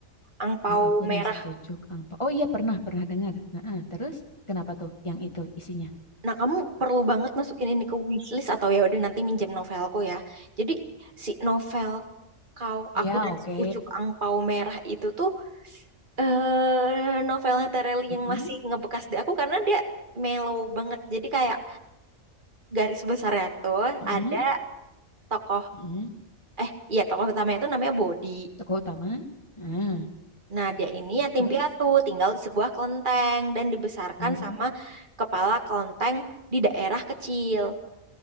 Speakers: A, on the right; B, on the left.
A: Angpau
B: Kau aku
A: Merah.
B: dan sepucuk angpau. Oh iya pernah pernah dengar. Heeh, Terus kenapa tuh yang itu isinya?
A: Nah, kamu perlu banget masukin ini ke wishlist atau ya udah nanti minjem novelku ya. Jadi si novel Kau,
B: Iya
A: Aku dan
B: oke.
A: Sepucuk Angpau Merah itu tuh eh novelnya Tereli
B: Heeh,
A: yang masih ngebekas di aku karena dia mellow banget. Jadi kayak garis besarnya tuh
B: heeh,
A: ada tokoh
B: heeh.
A: eh iya tokoh utamanya itu namanya Bodi.
B: Tokoh utama. Heeh,
A: Nah, dia ini yatim
B: Terus?
A: piatu, tinggal di sebuah kelenteng dan dibesarkan
B: Hmm,
A: sama kepala kelenteng di daerah kecil.